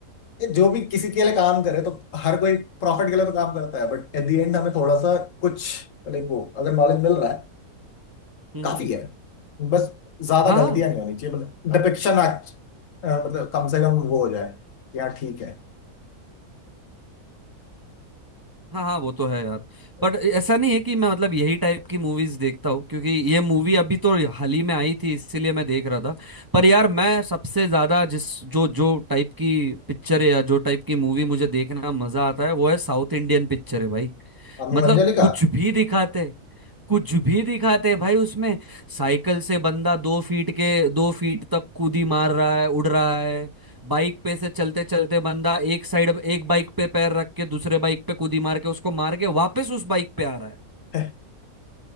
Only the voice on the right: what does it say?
हम्म
हाँ
हाँ हाँ वो तो है यार
पर ऐसा नहीं है कि मैं मतलब यही टाइप की मूवीज देखता हूँ क्योंकि ये मूवी अभी तो हाल ही में आई थी इसीलिए मैं देख रहा था पर यार मैं सबसे ज्यादा जिस जो जो टाइप की पिक्चर है या जो टाइप की मूवी मुझे देखना मजा आता है वो है साउथ इंडियन पिक्चर है भाई
मतलब
कुछ भी दिखाते कुछ भी दिखाते भाई उसमें साइकिल से बंदा दो फीट के दो फीट तक कूदी मार रहा है उड़ रहा है बाइक पे से चलते चलते बंदा एक साइड एक बाइक पे पैर रख के दूसरे बाइक पे कूदी मार के उसको मार के वापस उस बाइक पे आ रहा है